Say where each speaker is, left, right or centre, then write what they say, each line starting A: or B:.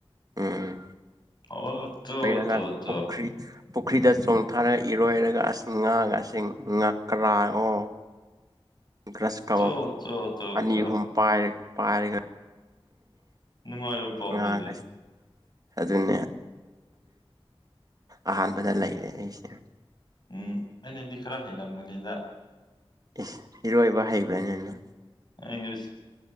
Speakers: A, on the right; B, on the left.
A: ꯎꯝ
B: ꯍꯥꯎꯠꯇꯠꯇ
A: ꯏꯔꯣꯏꯔꯒ ꯄꯨꯈ꯭ꯔꯤ ꯄꯨꯈ꯭ꯔꯤꯗ ꯆꯣꯡꯊꯥꯔꯒ ꯏꯔꯣꯏꯔꯒ ꯑꯁ ꯉꯥꯒ ꯑꯁꯤ ꯉꯥꯛꯀ꯭ꯔꯥ ꯑꯣ ꯒ꯭ꯔꯁ ꯀꯕ
B: ꯆꯣ ꯆꯣ ꯆꯣ
A: ꯑꯅꯤ
B: ꯆꯣ
A: ꯑꯍꯨꯝ ꯄꯥꯏꯔꯒ
B: ꯅꯨꯡꯉꯥꯏꯕ ꯄꯥꯎꯅꯤꯅꯦ
A: ꯉꯥꯒꯁꯦ ꯑꯗꯨꯅꯦ ꯑꯍꯥꯟꯕꯗ ꯂꯩꯔꯦ ꯑꯩꯁꯦ
B: ꯎꯝ ꯑꯩꯅꯗꯤ ꯈꯔ ꯍꯂꯝ ꯃꯨꯅꯤꯗ
A: ꯏꯁ ꯏꯔꯣꯏꯕ ꯍꯩꯕ꯭ꯔꯥꯅꯤꯅ
B: ꯑꯩ